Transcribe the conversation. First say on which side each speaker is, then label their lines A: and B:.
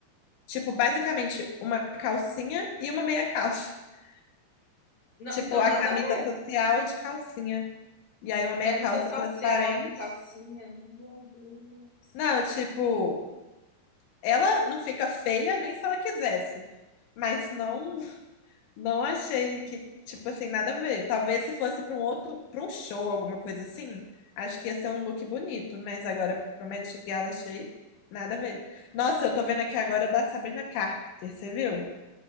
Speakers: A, on the left; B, on the left.
A: tipo, basicamente uma calcinha e uma meia calça. <laughs>
B: Não,
A: Tipo,
B: então
A: a
B: nada
A: camisa
B: a ver.
A: social é de calcinha. E aí uma meia
B: Camisa
A: calça
B: social
A: transparente.
B: com calcinha. meu Deus.
A: Não, tipo, ela não fica feia nem se ela quisesse. Mas não, não achei que, tipo assim, nada a ver. Talvez se fosse para um outro, para um show, alguma coisa assim, acho que ia ser um look bonito, mas agora pro Met Gala achei nada a ver. Nossa, eu tô vendo aqui agora o da Sabrina Carpenter, você viu?